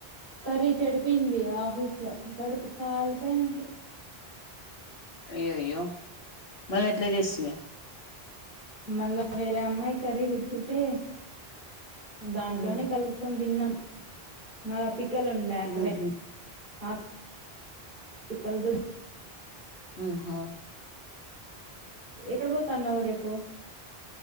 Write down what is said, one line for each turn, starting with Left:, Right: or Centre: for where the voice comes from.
Right: కర్రీ చెడిపోయింది ఆఫీస్లో కడుపు కాలిపాయ్ నాకి
Left: అయ్యయ్యో మళ్లేట్ల చేస్తివి.
Right: మళ్ళ వేరే అమ్మాయి కర్రీ తెచ్చింటే దాంట్లోనే
Left: ఉమ్
Right: కలుపుకొని తిన్నాం. మల్ల పికెల్ ఉండే అక్కడే
Left: ఉహు
Right: ఆ పికల్తో
Left: ఉహా
Right: ఎక్కడ పోతున్నావు రేపు